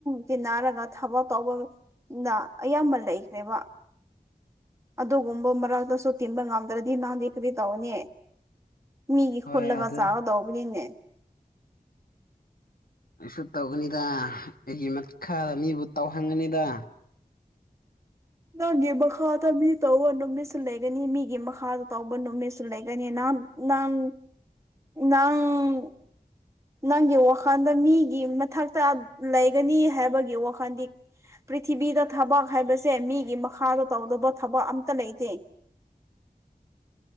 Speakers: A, on the right; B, on the left.
A: ꯇꯤꯟꯅꯔꯒ ꯊꯕꯛ ꯇꯧꯕ- ꯅ ꯑꯌꯥꯝꯕ ꯂꯩꯈ꯭ꯔꯦꯕ ꯑꯗꯨꯒꯨꯝꯕ ꯃꯔꯥꯛꯇꯁꯨ ꯇꯤꯟꯕ ꯉꯝꯗ꯭ꯔꯗꯤ ꯅꯪꯗꯤ ꯀꯔꯤ ꯇꯧꯅꯤ ꯃꯤꯒꯤ
B: ꯍꯣꯏ
A: ꯈꯨꯜꯂꯒ
B: ꯑꯗꯨ
A: ꯆꯒꯗꯧꯕꯅꯤꯅꯦ
B: ꯑꯩꯁꯨ ꯇꯧꯒꯅꯤꯗ ꯑꯩꯒꯤ ꯃꯈꯥꯗ ꯃꯤꯕꯨ ꯇꯧꯍꯟꯒꯅꯤꯗ
A: ꯅꯪꯒꯤ ꯃꯈꯥꯗ ꯃꯤ ꯇꯧꯕ ꯅꯨꯃꯤꯠꯁꯨ ꯂꯩꯒꯅꯤ ꯃꯤꯒꯤ ꯃꯈꯥꯗ ꯇꯧꯕ ꯅꯨꯃꯤꯠꯁꯨ ꯂꯩꯒꯅꯤ ꯅꯪ ꯅꯪ ꯅꯪ- ꯅꯪꯒꯤ ꯋꯥꯈꯜꯗ ꯃꯤꯒꯤ ꯃꯊꯛꯇ ꯂꯩꯒꯅꯤ ꯍꯥꯏꯕꯒꯤ ꯋꯥꯈꯜꯗꯤ- ꯄ꯭ꯔꯤꯊꯤꯕꯤꯗ ꯊꯕꯛ ꯍꯥꯏꯕꯁꯦ ꯃꯤꯒꯤ ꯃꯈꯥꯗ ꯇꯧꯗꯕ ꯊꯕꯛ ꯑꯝꯇ ꯂꯩꯇꯦ